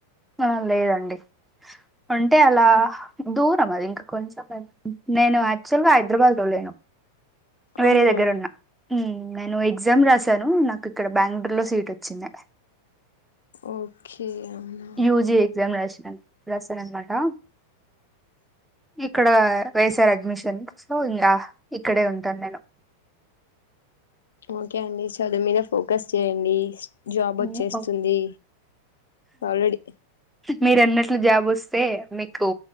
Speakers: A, in the centre; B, on the left.
A: ఆ లేదండి అంటే అలా దూరం అది ఇంకా కొంచెం నేను యాక్చువల్ గా హైదరాబాద్ లో లేను వేరే
B: అవునా
A: దగ్గర ఉన్నా మ్ నేను ఎగ్జామ్ రాశాను నాకు ఇక్కడ బ్యాంగ్లుర్ లో సీట్ వచ్చింది
B: ఓకే అన్నా
A: యూజీ ఎక్జామ్ రసా రసా అన్నమాటా ఇక్కడ వైఎస్ఆర్ అడ్మిషన్ సో ఇంకా ఇక్కడే ఉంటాను నేను
B: ఓకే అండి చదువు మీద ఫోకస్ చేయండి జాబ్ వచ్చేస్తుంది
A: ఉమ్,
B: ఆల్రెడీ
A: మీరు అన్నట్లు జాబ్ వస్తే మీకు